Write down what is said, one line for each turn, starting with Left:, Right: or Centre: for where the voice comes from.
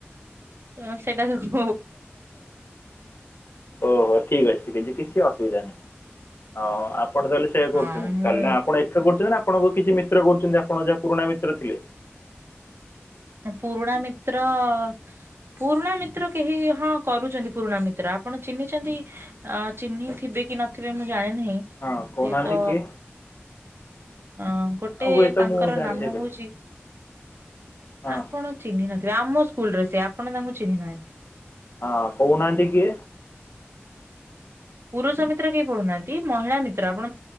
Right: ହଁ ସେଇଟାଯୋଗୁଁ
Left: ଓହୋ! ଠିକ୍ ଅଛି। ଠିକ୍ ଅଛି। କିଛି ଅସୁବିଧା ନାହିଁ। ହଁ, ଆପଣ ତାହେଲେ ସେଆ
Right: ହଁ
Left: କରୁଛନ୍ତି।
Right: ମୁଁ
Left: ତାହେଲେ ନା ଆପଣ ଏକା କରୁଛନ୍ତି ନା ଆପଣଙ୍କୁ କିଛି ମିତ୍ର କରୁଛନ୍ତି, ଆପଣ ଯାହା ପୁରୁଣା ମିତ୍ର ଥିଲେ?
Right: ପୁରୁଣା ମିତ୍ର ଅ ପୁରୁଣା ମିତ୍ର କେହି ହଁ କରୁଛନ୍ତି, ପୁରୁଣା ମିତ୍ର। ଆପଣ ଚି଼ହ୍ନିଛନ୍ତି ଅ ଚିହ୍ନିଥିବେ କି ନଥିବେ? ମୁଁ ଜାଣିନି। ନାହିଁ। ସେତ
Left: ହଁ କହୁନାହାନ୍ତି କିଏ
Right: ଅଁ ଗୋଟେ
Left: ଆଉ ହୁଏତ
Right: ତାଙ୍କର
Left: ମୁଁ ଜାଣିଥାଇପାରେ
Right: ନାମ ହଉଛି?
Left: ହଁ
Right: ଆପଣ ଚିହ୍ନି ନଥିବେ? ଆମ ସ୍କୁଲରେ ସେ ଆପଣ ତାଙ୍କୁ ଚିହ୍ନି ନାହାନ୍ତି।
Left: ହଁ କହୁନାହାନ୍ତି କିଏ?
Right: ପୁରୁଷ ମିତ୍ର କେହି ପଢୁନାହାନ୍ତି। ମହିଳା ମିତ୍ର ଆପ